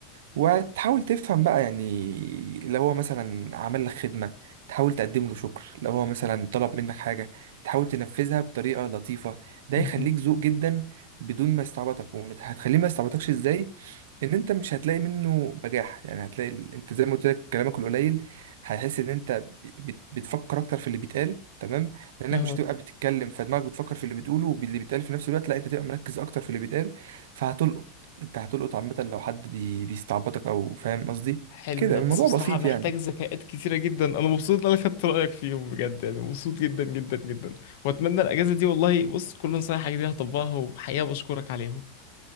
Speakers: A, on the right (about 75°); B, on the left (about 55°).
A: وتحاول تفهم بقى يعني لو هو مثلا عمل لك خدمة تحاول تقدم له شكر لو هو مثلا طلب منك حاجة تحاول تنفذها بطريقة لطيفة ده
B: مهم.
A: يخليك ذوق جدا بدون ما يستعبطك وهتخليه ما يستعبطكش ازاي ان انت مش هتلاقي منه بجاح يعني هتلاقي ال- انت زي ما قلت لك كلامك القليل هيحس ان انت ب- بت- بتفكر اكتر في اللي بيتقال تمام لانك
B: اهو
A: مش هتبقى بتتكلم فدماغك بتفكر في اللي بتقوله واللي بيتقال في نفس الوقت لا انت تبقى مركز اكتر في اللي بيتقال فهتلقط انت هتلقط عامة لو حد بي... بيستعبطك او فاهم قصدي
B: حلو
A: كده
B: ده
A: الموضوع
B: بس بصراحه
A: بسيط
B: محتاج
A: يعني
B: ذكاءات كتيره جدا انا مبسوط ان انا خدت رايك فيهم بجد يعني مبسوط جدا جدا جدا واتمنى الاجازه دي والله بص كل نصايحك دي هطبقها وحقيقه بشكرك عليهم